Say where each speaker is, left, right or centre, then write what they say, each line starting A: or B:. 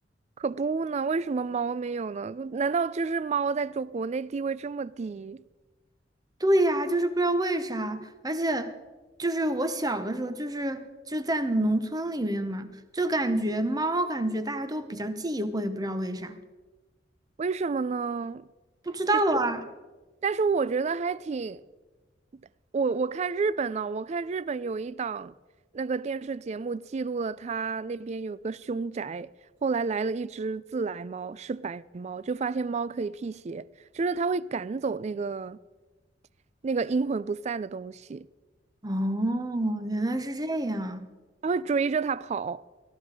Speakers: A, on the right; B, on the right.
A: 可不呢，为什么猫没有呢？难道就是猫在中国内地位这么低？
B: 对呀、就是不知道为啥，而且就是我小的时候，就是就在农村里面嘛，就感觉猫感觉大家都比较忌讳，不知道为啥，
A: 为什么呢？
B: 不知道啊。
A: 其实我，但是我觉得还挺，我我看日本呢，我看日本有一档那个电视节目记录了他那边有个凶宅，后来来了一只自来猫，是白猫，就发现猫可以辟邪，就是它会赶走那个那个阴魂不散的东西，
B: 哦，原来是这样，
A: 它会追着它跑。